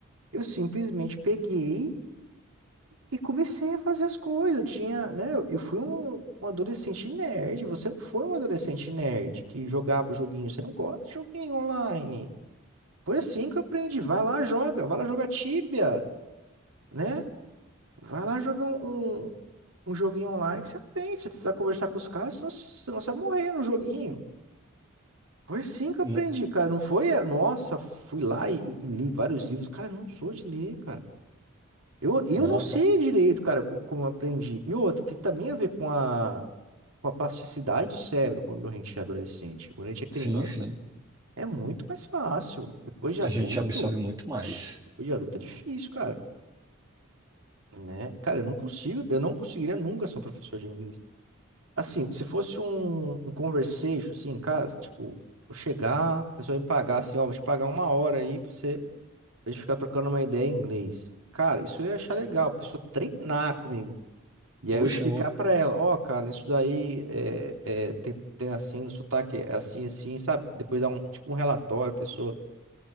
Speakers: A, on the right; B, on the right.
A: Eu simplesmente peguei e comecei a fazer as coisas. Eu tinha, né? Eu eu fui um, um adolescente nerd. Você não foi um adolescente nerd que jogava joguinho. Você não gosta de joguinho online. Foi assim que eu aprendi. Vai lá, joga. Vai lá jogar Tibia, né? Vai lá jogar um, um, um joguinho online que você aprende. Você precisa conversar com os caras, senão, senão você vai morrer no joguinho. Foi assim que eu
B: N-
A: aprendi, cara. Não foi, é, nossa, fui lá e, e li vários livros. Cara, eu não sou de ler, cara. Eu, eu
B: Não,
A: não sei
B: cara.
A: direito, cara, co- como, eu aprendi. E outra, tem também a ver com a, com a plasticidade do cérebro quando a gente é adolescente. Quando a gente é criança,
B: Sim, sim.
A: é muito mais fácil. Depois de
B: A
A: adulto,
B: gente absorve muito mais.
A: oxe, depois de adulto é difícil, cara. Né? Cara, eu não consigo, eu não conseguiria nunca ser um professor de inglês. Assim, se fosse um, um conversation, assim, cara, tipo, eu chegar, a pessoa me pagar assim, ó, vou te pagar uma hora aí pra você, pra gente ficar trocando uma ideia em inglês. Cara, isso eu ia achar legal, a pessoa treinar comigo. E
B: Oxe,
A: aí eu explicar
B: eu
A: pra ela, ó, cara, isso daí é, é, tem, tem assim, no sotaque é assim, assim, sabe? Depois dá um, tipo um relatório, a pessoa,